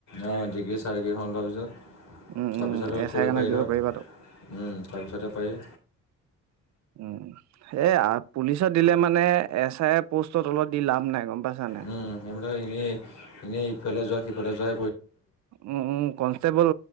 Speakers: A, on the left; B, on the right.
A: অ', ডিগ্ৰীৰ চাৰ্টিফিকেট লোৱাৰ পিছত
B: উম
A: তাৰপিছতে,
B: উম এছ
A: কৰিব
B: আই কাৰণে
A: পাৰি
B: দিব
A: ধৰ। উম,
B: পাৰিবাতো
A: তাৰপিছতে পাৰি।
B: উম, এ আ পুলিচত দিলে মানে, এছ আই এ পোষ্টৰ তলত দি লাভ নাই গম পাইছানে নাই?
A: উম, সেইবিলাক এনেই, এনেই ইফালে যোৱা সিফালে যোৱা
B: উম, উম, কনষ্টেবল